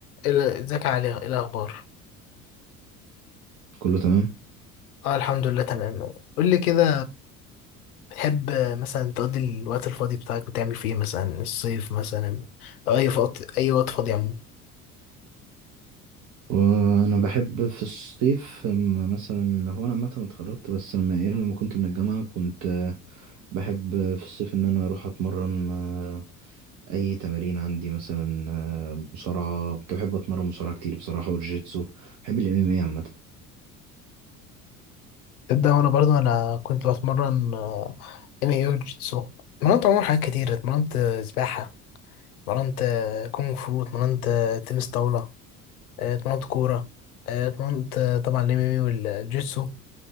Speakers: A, on the left; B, on the right.
A: إيه ال- ازيك يا علي ايه الاخبار
B: كله تمام
A: اه الحمد لله تمام قول لي كده تحب مثلا تقضي الوقت الفاضي بتاعك بتعمل فيه إيه؟ مثلا الصيف مثلا او اي وقت اي وقت فاضي عموما
B: وانا بحب في الصيف أما مثلا هو انا عامه اتخرجت بس لما ايام لما كنت من الجامعه كنت آه، بحب في الصيف ان انا اروح اتمرن آه، اي تمارين عندي مثلا آه، مصارعه كنت بحب اتمرن مصارعه كتير بصراحه والجيتسو بحب الام ام اي عامه
A: تبدا وانا برضو انا كنت بتمرن آه، ام اي او جيتسو اتمرنت عموما حاجات كتير اتمرنت آه، سباحه اتمرنت آه، كونغ فو اتمرنت آه، تنس طاوله آه، اتمرنت كوره آه، اتمرنت آه، طبعا الام ام اي والجيتسو